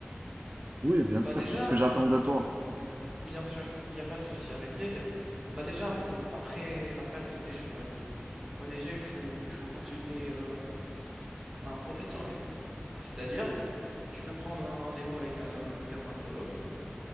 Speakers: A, on the right; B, on the right.
A: oui, bien
B: Bah,
A: sûr,
B: déjà,
A: c'est ce que j'attends de toi.
B: bien sûr, il n'y a pas de souci, avec plaisir. Bah, déjà, euh, après la perte de tes cheveux, bah, déjà, il faut, il faut consulter euh, un professionnel. C'est-à-dire, tu peux prendre un rendez-vous avec un dermatologue,